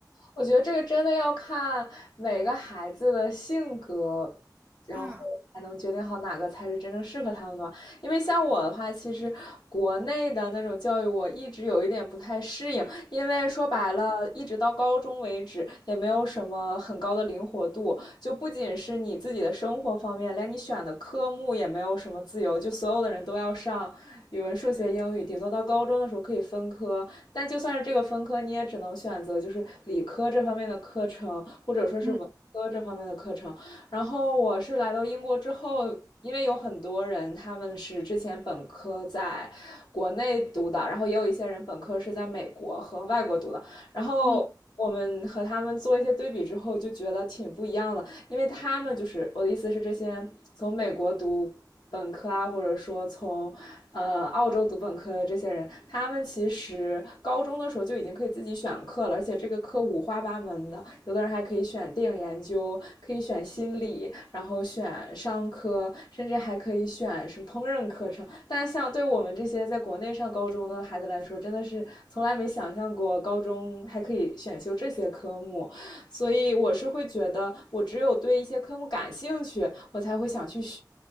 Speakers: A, on the left (about 75°); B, on the right (about 25°).
A: 我觉得这个真的要看每个孩子的性格，然后才能决定好哪个才是真正适合他们的吧因为像我的话，
B: 啊。
A: 其实国内的那种教育我一直有一点不太适应，因为说白了，一直到高中为止也没有什么很高的灵活度，就不仅是你自己的生活方面，连你选的科目也没有什么自由，就所有的人都要上语文、数学、英语，顶多到高中的时候可以分科，但就算是这个分科，你也只能选择就是理科这方面的课程，或者说是文科这方面的课程。
B: 嗯
A: 然后我是来到英国之后，因为有很多人他们是之前本科在国内读的，然后也有一些人本科是在美国和外国读的，然后。
B: 嗯
A: 我们和他们做一些对比之后，就觉得挺不一样的，因为他们就是我的意思是，这些从美国读本科啊，或者说从呃澳洲读本科的这些人，他们其实高中的时候就已经可以自己选课了，而且这个课五花八门的，有的人还可以选电影研究，可以选心理，然后选商科，甚至还可以选什么烹饪课程。但像对我们这些在国内上高中的孩子来说，真的是从来没想象过高中还可以选修这些科目。所以我是会觉得，我只有对一些科目感兴趣，我才会想去学。